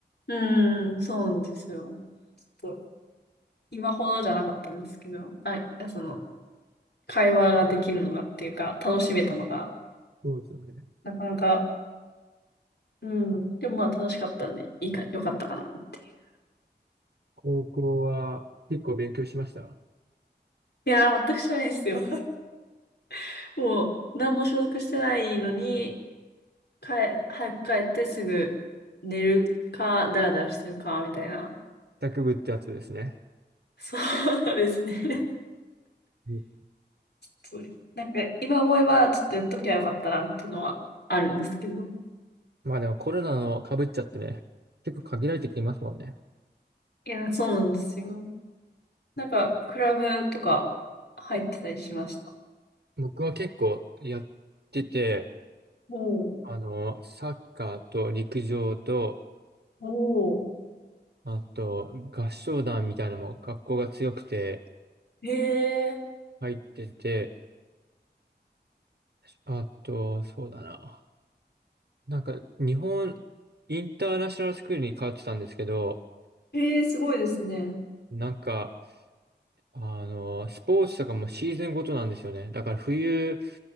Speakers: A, on the left; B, on the right.
A: うーん、そうなんですよ。ちょっと、今ほどじゃなかったんですけど、はい、その、会話ができるのがっていうか、楽しめたのが、
B: そうですよね。
A: なかなか、うん、でもまあ楽しかったんで、いいか、よかったかなっていう。
B: 高校は結構勉強しました。
A: いやー、全く知らないですよ。<laughs> もう、何も所属してないのに、帰、早く帰ってすぐ寝るか、ダラダラしてるか、みたいな。
B: 卓部ってやつですね。
A: そうですね。
B: うん
A: そう、なんか今思えばちょっとやっときゃよかったなっていうのはあるんですけど。
B: まあでもコロナの被っちゃってね、結構限られてきますもんね。
A: いや、そうなんですよ。なんか、クラブとか入ってたりしました。
B: 僕は結構やってて、
A: おお、
B: あの、サッカーと陸上と、
A: おお、
B: あと合唱団みたいなのも学校が強くて
A: へえ、
B: 入ってて、あと、そうだな。なんか、日本、インターナショナルスクールに通ってたんですけど、
A: へえ、すごいですね。
B: なんか、あの、スポーツとかもシーズンごとなんですよね。だから冬